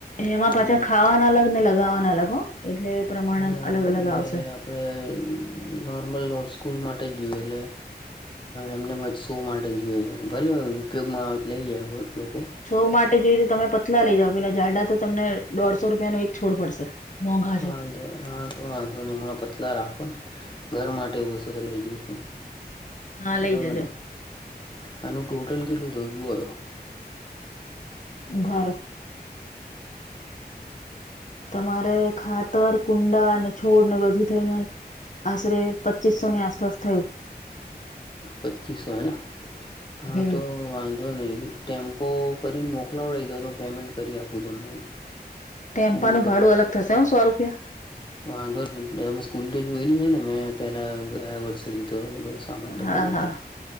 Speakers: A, on the left (about 45°); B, on the left (about 30°).
A: એમાં
B: હમ
A: પાછા ખાવાના અલગ ને લગાવાના અલગ હો એટલે પ્રમાણમ
B: ના
A: અલગ અલગ
B: એ
A: આવશે.
B: આપણે નોર્મલ સ્કૂલ માટે જ જોઈએ એટલે એમને મ શ માટે જોઈ ભલે ઉપયોગમાં આવત લઈ જાય લોકો
A: છો માટે જોઈ તો તમે પતલા લઇ જાાવ પેલા જાઝડા તો તમને દોઢસો રૂપિયાનોો એક છોડ પડશે મોંઘા
B: વાંધો
A: છે
B: વાંધ વાંધો હમણા પતલા રાખો ને ઘર માટેુંસું તો લઈ જઈશ.
A: હા
B: બરાબરને
A: લઈ જજો
B: આનું ટોટલ કેટલું જોઈ્યું હત.
A: ઘર તમારે ખાતર કુંડા અને છોડ ને બધું થઈને આશરે પચીસો ની આસપાસ થયું
B: પચીસો હેના હા
A: હમ
B: તો વા જો નહીં ટેમ્પો કરીને મોકલાવડાવ દો તો પેમેન્ટ કરી આપું તમને
A: ટેમ્પાનું
B: સ્કૂલ ઉપર
A: ભાડું અલગ થશે સો રૂપિયા
B: વાંધો ન તમે સ્કૂલ તો જોયેલી છે ને મેં પેલા ગયા વર્ષ ચલીધો બર સામાન તમામે
A: હા
B: ઉતી
A: હા